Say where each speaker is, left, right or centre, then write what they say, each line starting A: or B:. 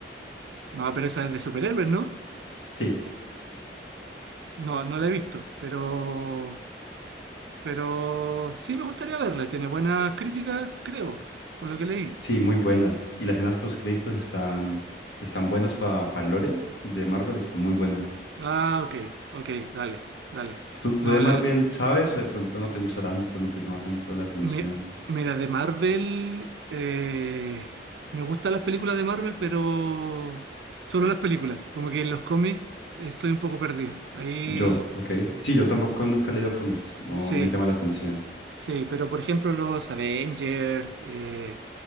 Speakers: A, on the right (about 80°); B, on the left (about 80°).
A: No, pero esa es de superhéroes, ¿no?
B: Sí,
A: No, no la he visto, pero, pero sí me gustaría verla. Tiene buenas críticas, creo, por lo que leí.
B: sí, muy buena. Y las escenas post créditos están, están buenas para Lore de Marvel, están muy buenas.
A: Ah, ok, ok, dale, dale.
B: ¿Tú, tú
A: No,
B: de Marvel
A: la,
B: sabes o de pronto no te gusta tanto, no te llama tanto la atención?
A: Mi- mira, de Marvel, eh, me gustan las películas de Marvel, pero solo las películas. Como que en los cómics estoy un poco perdido. Ahí
B: Yo, ok. Sí, yo tampoco
A: sí,
B: nunca he leído cómics, no
A: sí,
B: me llama la atención.
A: sí, pero por ejemplo los Avengers, eh,